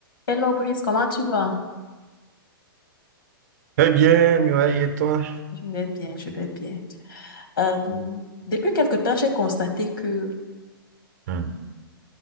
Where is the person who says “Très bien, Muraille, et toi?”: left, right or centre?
Right